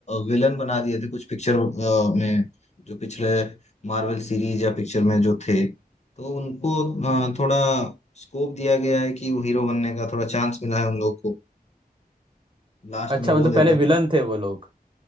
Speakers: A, on the left (about 45°); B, on the right (about 30°).
A: विलन बना दिए थे कुछ पिक्चर में जो पिछले मार्वल सीरीज या पिक्चर में जो थे तो उनको अ, थोड़ा स्कोप दिया गया है कि वो हीरो बनने का थोड़ा चांस मिला है उन लोग को लास्ट
B: अच्छा
A: में बोल
B: मतलब
A: देते
B: पहले
A: हैं
B: विलन
A: कि
B: थे वो लोग